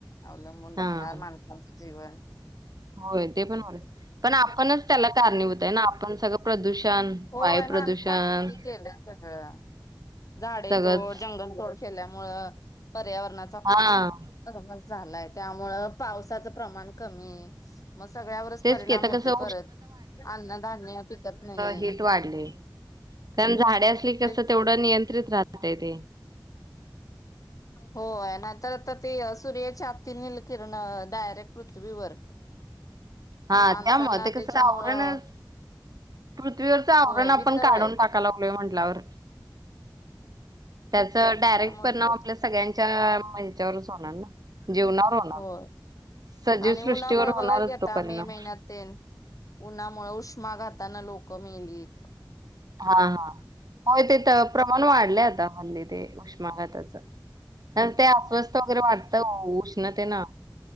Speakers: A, on the left; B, on the right.
A: अवलंबुन
B: हा.
A: राहणार माणसांचं जीवन.
B: होय ते पण पण आपणच त्याला कारणीभूत आहे ना आपण सगळं प्रदूषण
A: होय
B: वायू प्रदूषण
A: माणसात केलं सगळं. झाडे
B: सगळंच
A: तोड जंगल तोड केल्यामु पर्यावरणा
B: हा.
A: मज झालाय त्यामुळ पावसाचं प्रमाण कमी आहे. मग सगळ्यावरच
B: तेच
A: परिणाम
B: की आता
A: होते
B: कसं
A: परत अन्न धान्य पिकत नाही
B: हिट वाढले. कारण झाडे असली कस
A: ते
B: तेवढं नियंत्रित राहतय ते
A: होय नाहींतर आता ते सूर्याच्यापती निलकिरण डायरेक्ट पृथ्वीवर
B: हा
A: माणसांना
B: त्यामुळे ते
A: त्याच्यामुळं
B: कसं आवरणच पृथ्वीवरच आवरण
A: होय
B: आपण
A: वितळय
B: काढून टाका लागलोय म्हंटल्यावर त्याचा डायरेक्ट
A: त्यामुळे
B: परिणाम
A: तो
B: आपल्या सगळ्यांच्या मच्यावरच होणार ना जीवनावर होणार.
A: होय
B: सजीव
A: आणि
B: सृष्टीवर
A: उन्हामुळे
B: होणारच
A: बघा की आता
B: तो परिणाम
A: मे महिन्यात. उन्हामुळे उष्मा घाताना लोकं मिेलीत.
B: हा हा होय ते तर प्रमाण वाढले आता हल्ली ते उष्माघाताचं कारण ते अस्वस्थ वगैरे वाढत. आता उष्णते ना